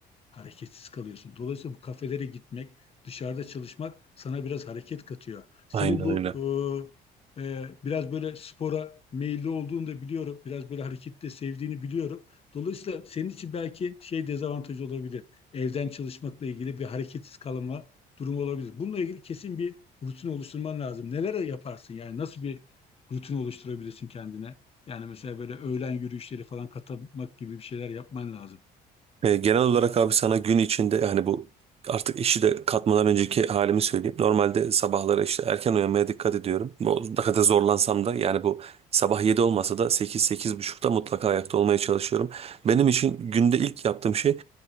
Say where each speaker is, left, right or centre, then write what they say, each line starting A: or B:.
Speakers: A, on the left; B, on the right.
A: hareketsiz kalıyorsun. Dolayısıyla bu kafelere gitmek, dışarıda çalışmak sana biraz hareket katıyor. Senin
B: aynen
A: bu
B: öyle.
A: e, e, biraz böyle spora meyilli olduğunu da biliyorum. Biraz böyle hareketi de sevdiğini biliyorum. Dolayısıyla senin için belki şey dezavantajı olabilir. Evden çalışmakla ilgili bir hareketsiz kalma durumu olabilir. Bununla ilgili kesin bir rutin oluşturman lazım. Neler yaparsın yani nasıl bir rutin oluşturabilirsin kendine? Yani mesela böyle öğlen yürüyüşleri falan katmak gibi bir şeyler yapman lazım.
B: E, genel olarak abi sana gün içinde yani bu artık işi de katmadan önceki halimi söyleyeyim. Normalde sabahları işte erken uyanmaya dikkat ediyorum. Bu ne kadar zorlansam da yani bu sabah 7 olmasa da sekiz sekiz buçukta mutlaka ayakta olmaya çalışıyorum. Benim için günde ilk yaptığım şey